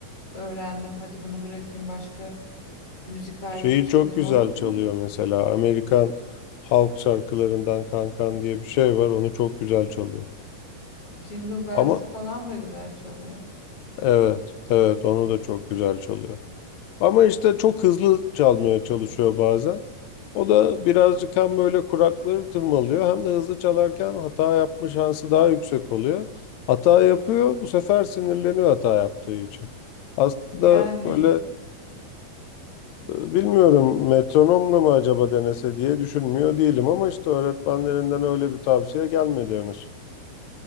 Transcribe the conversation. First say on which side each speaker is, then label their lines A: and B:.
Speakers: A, on the left (about 40°); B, on the left (about 85°).
A: öğrendim hadi bunu bırakayım başka müzik aleti
B: Şeyi
A: çalayım
B: çok güzel
A: olur mu?
B: çalıyor mesela. Amerikan halk şarkılarından Kankan diye bir şey var. Onu çok güzel çalıyor.
A: Jingle Bells'i
B: Ama
A: falan da güzel çalıyor.
B: Evet, evet onu da çok güzel çalıyor. Ama işte çok hızlı çalmaya çalışıyor bazen. O da birazcık hem böyle kurakları tırmalıyor hem de hızlı çalarken hata yapma şansı daha yüksek oluyor. Hata yapıyor, bu sefer sinirleniyor hata yaptığı için. Aslında
A: Yani
B: böyle e, bilmiyorum metronomla mı acaba denese diye düşünmüyor değilim ama işte öğretmenlerinden öyle bir tavsiye gelmedi henüz.